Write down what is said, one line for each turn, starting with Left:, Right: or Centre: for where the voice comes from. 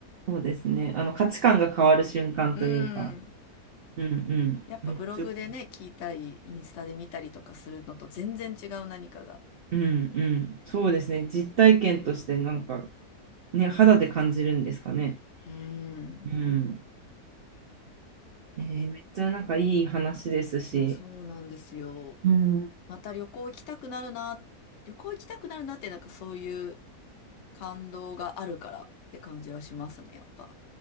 Right: そうですね。あの価値観が変わる瞬間というか。
Left: うん。
Right: うんうん。
Left: やっぱブログでね、
Right: めっちゃわかる。
Left: 聞いたり、インスタで見たりとかするのと全然違う何かが。
Right: うんうん。そうですね。実体験としてなんかね、肌で感じるんですかね。
Left: うーん。
Right: うん。えーめっちゃなんかいい話ですし、
Left: いや、そうなんですよ。
Right: うん
Left: また旅行行きたくなるな、旅行行きたくなるなってなんかそういう感動があるからって感じはしますね、やっぱ。